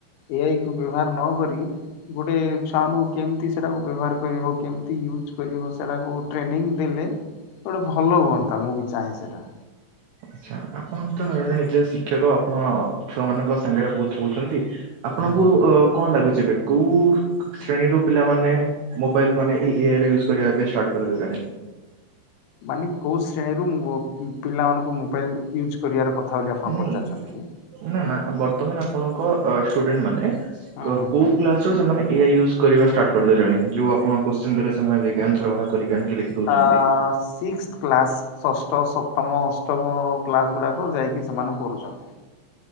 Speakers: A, on the left; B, on the right.
A: ଏଆଇ କୁ ବ୍ୟବହାର ନ କରି ଗୋଟେ ଛୁଆମାନଙ୍କୁ କେମିତି ସେଟାକୁ ବ୍ୟବହାର କରିହବ। କେମିତି ୟୁଜ୍ କରିବ ସେଟାକୁ ଟ୍ରେନିଂ ଦେଲେ ଗୋଟେ ଭଲ ହୁଅନ୍ତା ମୁଁ ବି ଚାହେଁ ସେଟା।
B: ଆଛା ଆପଣ ତ ନିଜେ ଶିକ୍ଷକ ଆପଣ ଛୁଆମାନଙ୍କ ସାଙ୍ଗରେ ବହୁତ୍ ଚଳୁଚନ୍ତି। ଆପଣଙ୍କୁ
A: ହଁ।
B: ଅ କଣ ଲାଗୁଚି ଏବେ। କୌଉ ଶ୍ରେଣୀରୁ ପିଲାମାନେ ମୋବାଇଲ୍ ମାନେ ଏଆଇରେ ୟୁଜ୍ କରିବା ପାଇଁ ଷ୍ଟାର୍ଟ କରିଦେଲେଣି।
A: ମାନେ କୋଉ ଶ୍ରେଣୀରୁ ନୁହ ପିଲାମାନଙ୍କୁ ମୁ ମୋବାଇଲ ୟୁଜ୍ କରିବାର କଥା ବୋଲି ଆପଣ
B: ନାଇଁ
A: ପଚାରୁଚନ୍ତି କି?
B: ନା ନା ବର୍ତ୍ତମାନ ଆପଣଙ୍କ ଷ୍ଟୁଡେଣ୍ଟ ମାନେ
A: ହୁଁ
B: କ
A: ହୁଁ ହୁଁ।
B: କୌଉ କ୍ଲାସ ଏସବୁ ସେମାନେ ଏଆଇ ୟୁଜ୍ କରିବା ଷ୍ଟାର୍ କରିଦଲେଣି ଯୋଉ ଆପଣ କୋଶ୍ଚିନ ଦେଲେ ସେମାନେ ଯାଇକି ଆନ୍ସର ବାହାର କରିକି ଆଣିକି ଲେଖି ଦଉଛନ୍ତି।
A: ଆ ସିକ୍ସ କ୍ଲାସ୍ ଷଷ୍ଠ ସପ୍ତମ ଅଷ୍ଟମ କ୍ଲାସ୍ ଗୁଡ଼ାକ ଯାଇକି ସେମାନେ କରୁଚନ୍ତି।